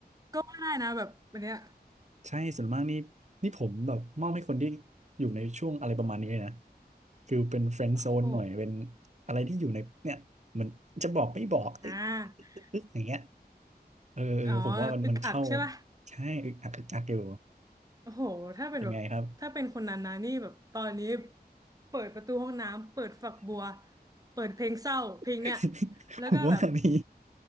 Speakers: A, on the right (about 20°); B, on the right (about 45°).
A: ก็ว่าได้นะแบบอันเนี้ย
B: ใช่ส่วนมากนี่นี่ผมแบบมอบให้คนที่อยู่ในช่วงอะไรประมาณนี้เลยนะคือเป็นเฟรนด์โซนหน่อยเป็น
A: โอ้โห
B: อะไรที่อยู่ในเนี่ยเหมือนจะบอกไม่บอกเอ้ย
A: อ่า
B: อึ๊กอย่างเงี้ย เออเออผมว่ามันมันเข้า
A: อ๋อ อึกอักใช่ป่ะ
B: ใช่อึกอักอึกอักอยู่
A: โอ้โห ถ้าเป็นแบบ
B: เป็นไงครับ
A: ถ้าเป็นคนนั้นนะนี่แบบตอนนี้เปิดประตูห้องน้ำ เปิดฝักบัว เปิดเพลงเศร้าเพลงเนี้ย
B: <laughs>
A: แล้วก็แบบ
B: ผมว่ามี